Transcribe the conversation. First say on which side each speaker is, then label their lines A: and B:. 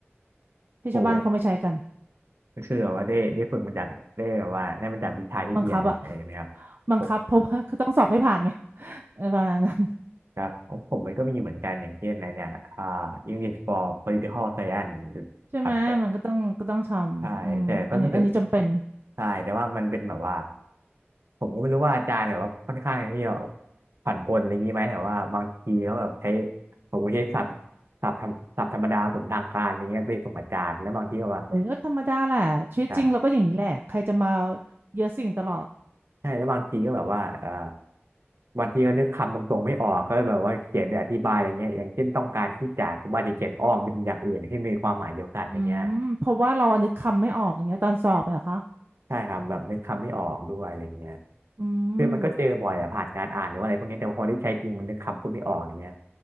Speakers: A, on the right; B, on the right.
A: ที่ชาวบ้านเขาไม่ใช้กัน
B: โหก็คือแบบว่าได้ได้ฝึกมาจากได้แบบว่าได้มาจากวิชาที่เรียนใช่ไหมครับโห
A: บังคับอะบังคับเพราะว่าคือต้องสอบให้ผ่านไงเออประมาณนั้น
B: ครับของผมมันก็มีเหมือนกันอย่างเช่นอนเนี่ยอ่า English for Political Science
A: ใช่ไหมมันก็ต้องก็ต้องทำอืมอันนี้อันนี้จำเป็น
B: ครับ ใช่แต่ก็รู้สึกใช่แต่ว่ามันเป็นแบบว่าผมก็ไม่รู้ว่าอาจารย์แบบว่าค่อนข้างที่จะผันปรนอะไรอย่างนี้ไหมแบบว่าบางทีเขาแบบใช้ผมก็ใช้ศัพท์ศัพท์ธรรมศัพท์ธรรมดาสมทางการอย่างเงี้ยไปส่งอาจารย์แล้วบางทีก็ว่า
A: โอ้ยก็ธรรมดาแหละชีวิตจริงเราก็อย่างนี้แหละใครจะมา
B: ใช่
A: เยอะสิ่งตลอด
B: ใช่แล้วบางทีก็แบบว่าเอ่อบางทีก็นึกคำตรงๆไม่ออกก็แบบว่าเขียนเปอธิบายอย่างเงี้ยอย่างเช่นต้องการที่จะผมอาจจะเขียนอ้อมเป็นอย่างอื่นที่มีความหมายเดียวกันอย่างเงี้ย
A: อืมเพราะว่าเราอันนึกคำไม่ออกอย่างเงี้ยตอนสอบเนี่ยเหรอคะ
B: ใช่ครับแบบนึกคำไม่ออกด้วยอะไรเงี้ย
A: อืม
B: คือมันก็เจอบ่อยอะผ่านการอ่านหรือว่าอะไรพวกนี้แต่พอได้ใช้จริงมันนึกคำพูดไม่ออกอย่างเงี้ย